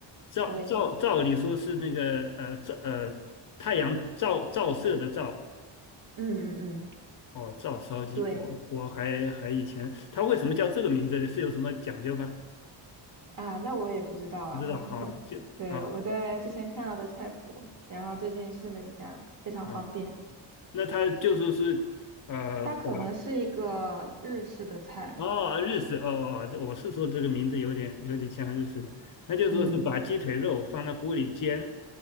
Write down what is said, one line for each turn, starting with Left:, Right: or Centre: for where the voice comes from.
Left: 照照照理说是那个呃照呃太阳照照射的照
Right: 对嗯嗯嗯，
Left: 哦，照烧鸡，
Right: 对
Left: 我我还还以前它为什么叫这个名字呢？是有什么讲究吗？
Right: 啊，那我也不知道啊，
Left: 不知道哈，
Right: <laughs> 我对我在之前看到的菜谱，
Left: 就啊。
Right: 然后最近试了一下，非常方便。
Left: 啊那他就说是呃把
Right: 它可能是一个日式的菜，
Left: 哦日式哦哦，这我是说这个名字有点有点像日式的，他就说是把鸡腿肉放到锅里煎，
Right: 嗯